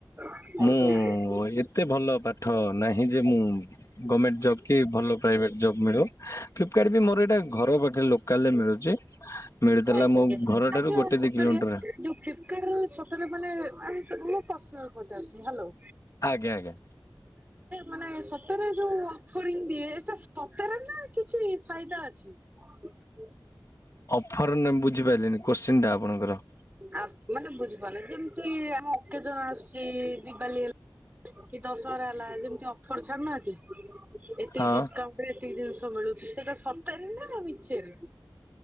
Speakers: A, on the right; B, on the left.
A: ଆଜ୍ଞା
B: ମୁଁ
A: ଆଜ୍ଞା।
B: ଏତେ ଭଲ ପାଠ ନାହିଁ ଯେ ମୁଁ ଗମେଣ୍ଟ ଜବ୍ କି ଭଲ ପ୍ରାଇଭେଟ୍ ଜବ୍ ମିଳୁ, ଫ୍ଲିପକାର୍ଟ ବି ମୋର ଏଇଟା ଘର ପାଖରେ ଲୋକାଲରେ ମିଳୁଚି। ମିଳିଥିଲା
A: ଆଜ୍ଞା
B: ମୋ ଘରଠାରୁ
A: ଆଚ୍ଛା
B: ଗୋଟେ
A: ସତରେ
B: ଦି କିଲମିଟର।
A: ଯୋଉ ଫ୍ଲିପକାର୍ଟରେ ସତରେ ମାନେ ମୁଁ ପର୍ସନାଲ ପଚାରୁଛି ହାଲୋ।
B: ଆଜ୍ଞା ଆଜ୍ଞା।
A: ମାନେ ସତରେ ଯୋଉ ଅଫରିଂ ଦିଏ, ଏଇଟା ସତରେ ନା କିଛି ଫାଇଦା ଅଛି? <unintelligible>
B: ଅଫର ମାନେ ବୁଝିପାରଲିନି କୋଶ୍ଚିନ୍ ଟା ଆପଣଙ୍କର।
A: ଆ ମାନେ ବୁଝିପାରୁନି ଯେମତି ଆମ ଅକେଜନ ଆସୁଚି ଦିିୱାଲି ହେଲ କି ଦଶହରା ହେଲା ଯେମତି ଅଫର ଛାଡୁନାହାନ୍ତି। ଏତିକି
B: ହଁ
A: ଡିସକାଉଣ୍ଟରେ ଏତିକି ଜିନିଷ ମିଳୁଛି, ସେଟା ସତରେ ନା ମିଛରେ?